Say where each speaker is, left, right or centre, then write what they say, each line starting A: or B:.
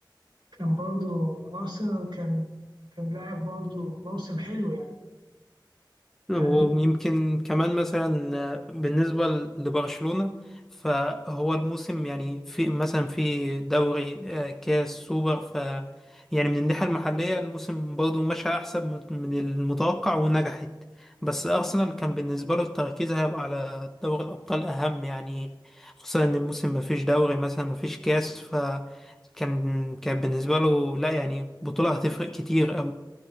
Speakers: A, on the right; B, in the centre.
A: كان برضو أرسنال كان كان لاعب برضو موسم حلو يعني
B: ويمكن
A: يعني
B: كمان مثلا بالنسبة لبرشلونة فهو الموسم يعني في مثلا في دوري آه، كاس سوبر ف يعني من الناحية المحلية الموسم برضه مشى أحسن من من المتوقع ونجحت بس أرسنال كان بالنسبة له التركيز هيبقى على دوري الأبطال أهم يعني خصوصا إن الموسم مفيش دوري مثلا مفيش كاس فكان كان بالنسبة له لا يعني بطولة هتفرق كتير